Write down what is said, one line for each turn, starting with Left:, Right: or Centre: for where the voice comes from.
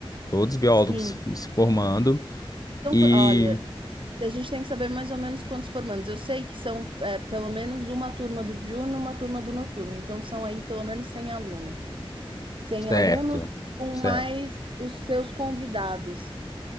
Left: Todos biólogos
Right: Sim.
Left: se formando.
Right: Então,
Left: E
Right: qu- olha, a gente tem que saber mais ou menos quantos formandos. Eu sei que são é, pelo menos uma turma do diurno, uma turma do noturno. Então, são aí pelo menos 100 alunos. Cem
Left: certo,
Right: alunos com
Left: certo,
Right: mais os seus convidados.